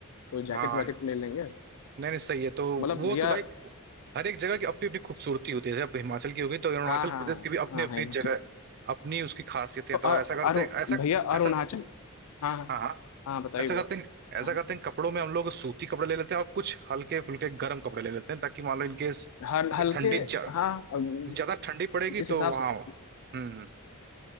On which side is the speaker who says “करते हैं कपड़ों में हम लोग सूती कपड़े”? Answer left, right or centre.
Right